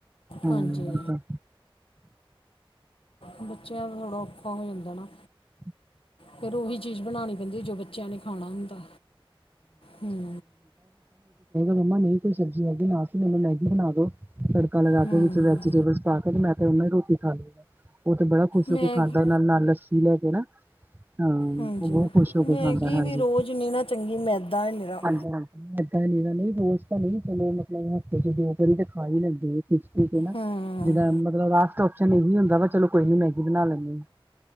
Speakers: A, on the right; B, on the left.
A: ਹੂੰ
B: ਹਾਂਜੀ
A: ਤੇ
B: ਬੱਚਿਆਂ ਦਾ ਥੋੜ੍ਹਾ ਔਖਾ ਹੋ ਜਾਂਦਾ ਨਾ।
A: <unintelligible> <unintelligible>
B: ਫਿਰ ਉਹੀ ਚੀਜ਼ ਬਣਾਉਣੀ ਪੈਂਦੀ ਜੋ ਬੱਚਿਆਂ ਨੇ ਖਾਣਾ ਹੁੰਦਾ ਹੂੰ
A: ਮੰਮਾ ਨਹੀਂ ਕੋਈ ਸਬਜ਼ੀ ਹੈਗੀ ਨਾਲ ਫੇਰ ਮੈਨੂੰ ਮੈਗੀ ਬਣਾ ਦੋ ਤੜਕਾ ਲਗਾ
B: ਹੂੰ
A: ਕੇ ਵਿੱਚ ਵੇ ਜੀਟੇਬਲਸ ਪਾ ਕੇ, ਮੈਂ ਤਾਂ ਓਦੇ ਨਾਲ ਈ ਰੋਟੀ ਖਾ ਲੁਗਾ, ਉਹ ਤੇ ਬੜਾ ਖੁਸ਼ ਹੋ
B: ਮੈਗੀ
A: ਕੇ ਖਾਂਦਾ ਆ, ਨਾਲ ਲੱਸੀ ਲੈ ਕੇ ਕੇ ਨਾ ਹਾਂ, ਉਹ
B: ਹਾਂਜੀ
A: ਬਹੁਤ ਖ਼ੁਸ਼ ਹੋ ਕੇ
B: ਮੈਗੀ
A: ਖਾਂਦਾ, ਹਾਂਜੀ,
B: ਵੀ ਰੋਜ਼ ਨਹੀਂ ਨਾ ਚੰਗੀ ਮੈਦਾ ਹੈ ਮੇਰਾ
A: ਹਾਂਜੀ, ਹਾਂਜੀ। ਇਏਦਾਂ ਨੀ ਨਹੀਂ ਰੋਜ਼ ਤਾਂ ਨਹੀਂ ਚਲੋਂ ਮਤਲਬ ਹਫ਼ਤੇ ਚ ਦੋ ਕੇ ਵਾਰੀ ਤੇ ਖਾ ਹੀ ਲੈਂਦੇ ਐ। ਠੀਕ-ਠੀਕ ਐ ਨਾ,
B: ਹੂੰ
A: ਜਿੱਦਾਂ ਮਤਲਬ ਲਾਸਟ ਓਪਸ਼ਨ ਇਹੀ ਹੁੰਦਾ ਵਾ ਚਲੋ ਕੋਈ ਨੀ ਮੈਗੀ ਬਣਾ ਲੈਂਦੇ।